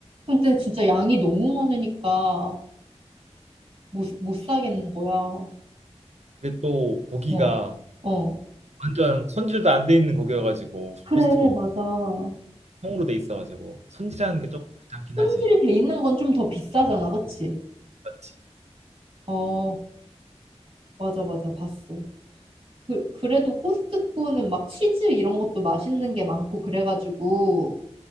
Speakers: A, on the right; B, on the right.
A: 근데 진짜 양이 너무 많으니까 못, 못 사겠는 거야.
B: 그게 또 고기가
A: 어, 어.
B: 완전 손질도 안 돼 있는 고기여가지고
A: 그래,
B: 코스트코 고기,
A: 맞아. 어,
B: 통으로 돼 있어가지고 손질하는 게 조금 귀찮긴
A: 손질돼
B: 하지.
A: 있는 건 좀 더 비싸잖아, 그치?
B: 맞지?
A: 어, 맞아, 맞아. 봤어. 그, 그래도 코스트코는 막 치즈 이런 것도 맛있는 게 많고 그래가지고